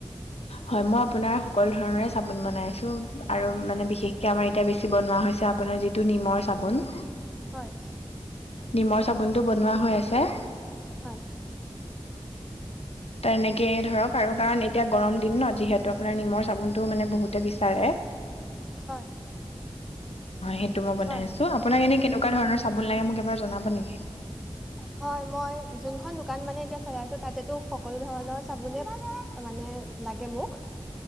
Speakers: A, on the left; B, in the centre.
A: হয় মই আপোনাৰ সকলো ধৰণৰে চাবোন বনাই আছো আৰু মানে বিশেষকে আমাৰ এতিয়া বেছি বনোৱা। আপোনাৰ যিটো নিমৰ চাবোন-
B: হয়
A: নিমৰ চাবোনটো বনোৱা হৈ আছে।
B: হয়
A: তেনেকেই ধৰক আৰু কাৰণ এতিয়া গৰম দিন ন যিহেতু আপোনাৰ নিমৰ চাবোনটোও মানে বহুতে বিচাৰে। অ
B: হয়
A: সেইটো মই বনাই
B: হয়
A: আছো আপোনাক এনে কেনেকুৱা ধৰণৰ- চাবুন লাগে মোক এবাৰ জনাব নেকি?
B: হয় মই যোনখন দোকান মানে এতিয়া চলাই আছো তাতেতো সকলো ধৰণৰ চাবোনে। মানে লাগে মোক-